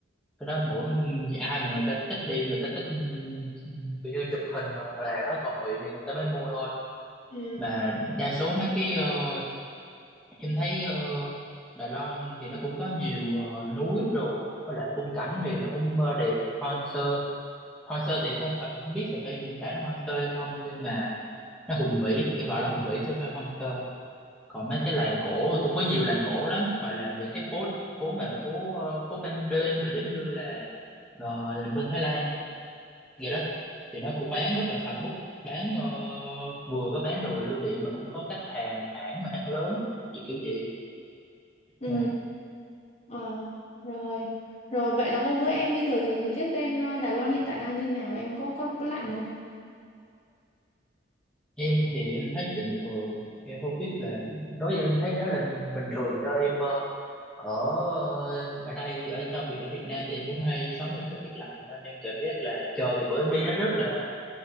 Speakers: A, in the centre; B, on the left.
A: cái đó mỗi ai mà người ta thích đi người ta thích ừ, kiểu như chụp hình hoặc là đó cầu nguyện thì người ta mới mua thôi
B: ừ.
A: mà đa số mấy cái ờ, em thấy ờ, Đài Loan thì nó cũng có nhiều ờ, núi rồi với lại khung cảnh thì nó cũng ờ, đẹp hoang sơ hoang sơ thì không, phải, không biết là phải diễn tả nó hoang sơ hay không nhưng mà nó hùng vĩ em gọi là hùng vĩ chứ không phải hoang sơ còn mấy cái làng cổ cũng có nhiều làng cổ lắm hoặc là những cái phố phố mà phố ờ, phố ban đêm rồi giống như là ờ, bên Thái Lan vậy đó thì nó cũng bán rất là sầm uất bán ờ, vừa có bán đồ lưu niệm mà cũng có các hàng hãng mà hãng lớn gì kiểu vậy
B: Ừ.
A: Nè,
B: ờ, rồi rồi vậy là hôm bữa em đi thời thời, thời tiết bên ờ, Đài Loan hiện tại đang như nào em có có có lạnh không
A: em thì em thấy bình thường em không biết là đối với em thấy đó là bình thường do em ờ, ở ờ, ở đây ở trong Việt ở Việt Nam thì em cũng hay sống trong thời tiết lạnh nên em cảm giác là trời thì bữa em đi nó rất là